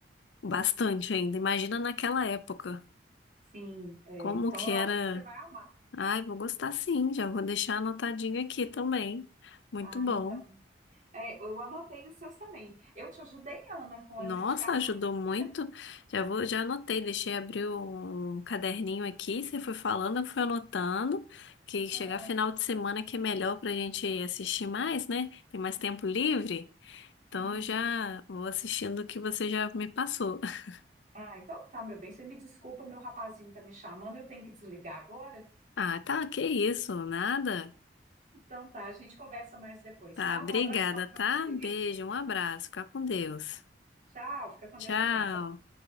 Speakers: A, on the left; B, on the right.
A: bastante ainda. Imagina naquela época,
B: sim. é,
A: como
B: então,
A: que
B: eu
A: era.
B: acho que você vai amar.
A: Ai, vou gostar sim, já vou deixar anotadinho aqui também. Muito
B: Ah,
A: bom.
B: então. É, eu anotei os seus também. Eu te ajudei, Ana, com
A: Nossa,
B: as indicações?
A: ajudou muito. Já vou, já anotei, deixei abrir um caderninho aqui. Você foi falando, eu fui anotando. Que chegar
B: Ah,
A: final de semana que é melhor pra gente assistir mais, né? Tem mais tempo livre. Então
B: uhum.
A: eu já vou assistindo o que você já me passou. <laughs>
B: Ah, então tá, meu bem. Você me desculpa, meu rapazinho tá me chamando, eu tenho que desligar agora.
A: Ah, tá, que isso, nada.
B: Então tá, a gente conversa mais depois,
A: Tá,
B: tá?
A: obrigada,
B: Um abração pra
A: tá?
B: você.
A: Beijo, um abraço, fica com Deus.
B: Tchau, fica com
A: Tchau.
B: Deus também.